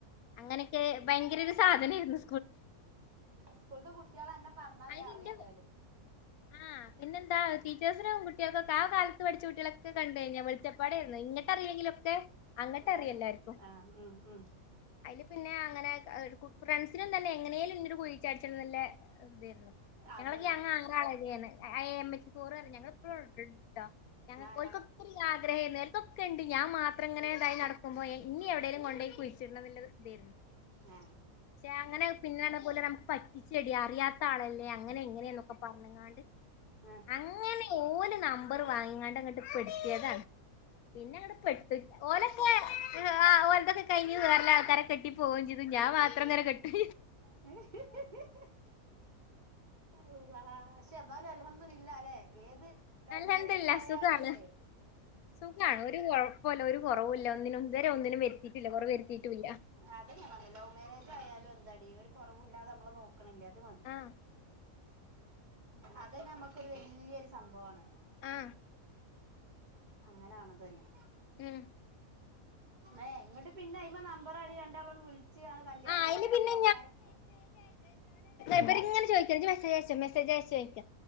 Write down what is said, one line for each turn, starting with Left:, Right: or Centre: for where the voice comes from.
Left: അങ്ങനെയൊക്കെ ഭയങ്കര ഒരു സാധനേര്ന്നു.
Right: സ്കൂൾത്തെ കുട്ട്യേൾ അന്നെ പറ്ഞ്ഞാ
Left: അതിന്
Right: വേം അറിയു
Left: ഇന്റെ
Right: ഏതായാലും.
Left: ആ പിന്നെന്താ. ടീച്ചേഴ്സിനും കുട്ട്യേക്കൊക്കെ ആ കാലത്ത് പഠിച്ചുട്ട്യോ ക്കെ കണ്ടഴിഞ്ഞാ വെളിച്ചപ്പാടേര്ന്നു. ഇങ്ങട്ടറിയില്ലെങ്കിലൊക്കെ അങ്ങട്ടറിയെല്ലാർക്കും.
Right: എല്ലാരും അന്ന് ആ ഉം ഉം
Left: അയില് പിന്നെ അങ്ങനെ. ഫ്രണ്ട്സിനും തന്നെ എങ്ങനേലും ഇന്നൊരു കുഴിച്ചാടിച്ചണംന്ന്ല്ലെ. ഇതേര്ന്നു.
Right: അതന്നെ
Left: ഞങ്ങള് ഗ്യാങ് ആറാള ചെയ്യ്ന്ന്. ഐ എം എച്ച് ഫോറ് പറി. ഞങ്ങള് ഇപ്പഴും <unintelligible> ട്ടോ ഞങ്ങക്ക്
Right: ആ ഞങ്ങ
Left: ഒരു ആഗ്രഹേന് ഇതൊക്കെണ്ട് ഞാൻ മാ അത്ര ഇങ്ങനെ ഇതായി നടക്കുമ്പോ ഇന്നി എവിടേലും കൊണ്ടോയി കുഴിച്ചിട്ണന്ന്ള്ള ഇതേര്ന്നു.
Right: ആ
Left: യാങ്ങനെ പിന്നെണ് പോലെ നമുക്ക് പറ്റിച്ചെടി. അറിയാത്ത ആളല്ലേ അങ്ങനെ ഇങ്ങനെ ന്നൊക്കെ പറ്ഞ്ഞ് കാ ആണ്ട്
Right: ആഹ്
Left: അങ്ങനെ ഓല് നമ്പറ് വാങ്ങിങ്ങാണ്ട് ഇങ്ങട്ട് പെടുത്തിയതാണ്. പിന്നെങ്ങ പെട്ട്. ഓലെന്നെ ഓൽതൊക്കെ കഴിഞ്ഞു വേറെ ഇള്ള ആൾക്കാരെ കിട്ടി പോവോം ചെയ്തു. ഞാൻ മാത്രം ഇങ്ങരെ കെട്ടി
Right: <inaudible> അള്ളാഹ്. പക്ഷെ എന്നാലും അൽഹംദുലില്ലാല്ലെ ഏത്. ലൗ
Left: അൽഹംദുലില്ലാ
Right: മാരേജ് ആയാലും
Left: സുഖാണ്
Right: അല്ലെ
Left: സുഖാണ്. ഒരു കൊഴപ്പൊല്ല. ഒരു കൊറവുല്ല. ഒന്നിനും ഇതെരെ ഒന്നിനും വരുത്തിയിട്ടില്ല. കൊറവ് വരുത്തിയിട്ടൂല്ല.
Right: അതെന്നെ ഞാൻ പറ്ഞ്ഞെ. ലൗ മാരേജ് ആയാലും എന്താടി ഒരു കൊറവൂല്ലാതെ നമ്മളെ നോക് ക്ക്ണ്ല്ലെ അത് മതി.
Left: ആഹ്
Right: അത് തന്നെ നമ്മുക്കൊരു വല്യൊരു സംഭവാണ്
Left: ആഹ്
Right: അങ്ങനെ ആണതെന്നെ.
Left: ഉം
Right: ഏ ഇങ്ങട്ട് പിന്നെ അയ്മ നമ്പർ ആഡ് ചെയ്തു രണ്ടാളോട് വുൾ ച്ചാണ് കല്യാണം
Left: ആ അയില്
Right: സെറ്റ്. അപ്പൊ
Left: പിന്നെ
Right: പെരക്കാരൊക്
Left: ഇവരിങ്ങന ചോയ്ക്ക ഇജ് മെസേജ്യയ്ച്ച മെസേജ്യച്ച ചോയ്ക്ക